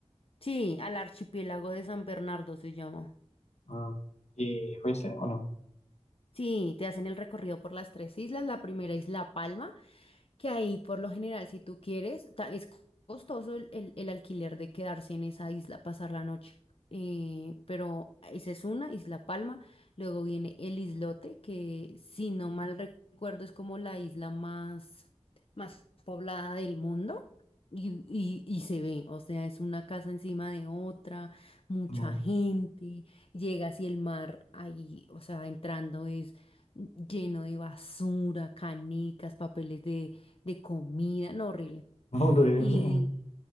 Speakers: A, on the left; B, on the left.
A: Sí, al archipiélago de San Bernardo se llama.
B: Ah, ¿Y fuiste o no?
A: Sí, te hacen el recorrido por las tres islas. La primera es La Palma, que ahí por lo general, si tú quieres, ta- es costoso el, el- el alquiler de quedarse en esa isla, pasar la noche. Eh, pero esa es una, Isla Palma. Luego viene el islote, que si no mal recuerdo es como la isla más, más poblada del mundo. Y, y, y se ve, o sea, es una casa encima de otra, mucha
B: No,
A: gente, llegas y el mar ahí, o sea, entrando es lleno de basura, canicas, papeles de, de comida, no, horrible.
B: <laughs> Horrible.
A: Y